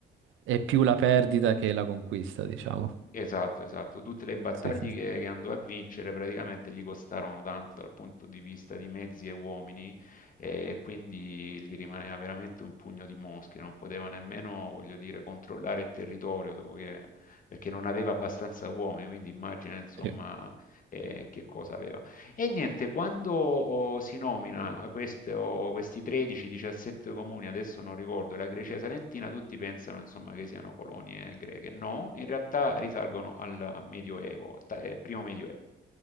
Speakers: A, on the right; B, on the left.
A: è più la perdita che la conquista, diciamo.
B: Esatto, esatto. Tutte le battaglie
A: Sì, sì.
B: che, che andò a vincere praticamente gli costarono tanto dal punto di vista di mezzi e uomini e quindi gli rimaneva veramente un pugno di mosche. Non poteva nemmeno, voglio dire, controllare il territorio dopo che- perché non aveva abbastanza uomini, quindi immagina insomma
A: Sì.
B: eh, che cosa aveva. E niente, quando oh, si nomina questo- questi 13-17 comuni, adesso non ricordo, la Grecia Salentina, tutti pensano insomma, che siano colonie greche. No, in realtà risalgono al Medioevo, ta- eh, primo Medioevo,